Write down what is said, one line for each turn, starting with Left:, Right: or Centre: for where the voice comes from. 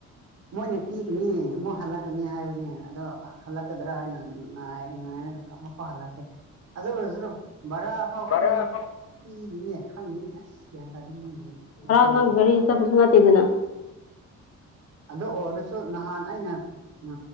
Right: ꯃꯣꯏꯅ ꯄꯤꯒꯅꯤ ꯑꯃꯨꯛ ꯍꯜꯂꯛꯀꯅꯤ ꯍꯥꯏꯕꯅꯦ ꯑꯗꯣ ꯍꯜꯂꯛꯀꯗ꯭ꯔꯥ ꯍꯥꯏꯅ ꯉꯥꯏꯔ ꯉꯥꯏꯔ ꯃ ꯐꯥꯂꯦ ꯑꯗꯣ꯭ꯔꯣ ꯕꯔꯥꯐꯥꯎ
Left: ꯚꯔꯥ
Right: ꯄꯤ ꯐꯥꯎ ꯄꯤꯗꯤꯅꯦ ꯈꯪꯉꯦꯅꯦ ꯑꯁ ꯀꯟ ꯇꯥ ꯑꯗꯨꯒꯤ ꯃꯈ
Left: ꯅꯪ ꯒꯥꯔꯤ ꯆꯠꯄꯁꯨ ꯅꯠꯇꯦꯗꯅ
Right: ꯑꯗꯨ ꯑꯣꯏꯔꯁꯨ ꯅꯍꯥꯟ ꯑꯩꯅ ꯎ